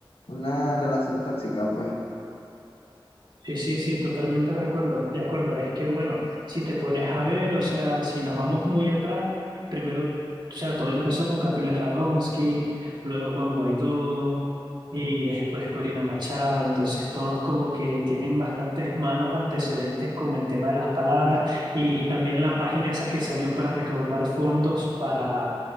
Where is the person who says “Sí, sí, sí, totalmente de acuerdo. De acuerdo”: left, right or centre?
Right